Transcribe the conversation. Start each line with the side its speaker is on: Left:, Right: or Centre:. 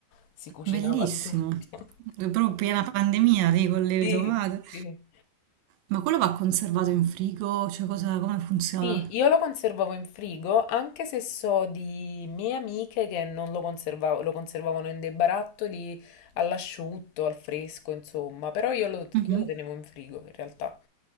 Left: si cucinava
Right: Bellissimo.
Left: di tutto.
Right: È proprio piena pandemia lì con le
Left: Sì,
Right: tomate.
Left: sì.
Right: Ma quello va conservato in frigo? Cioè, cosa, come funziona?
Left: Sì, io lo conservavo in frigo, anche se so di mie amiche che non lo conservavo, lo conservavano in dei barattoli all'asciutto, al fresco, insomma, però io lo,
Right: Mhm.
Left: io lo tenevo in frigo in realtà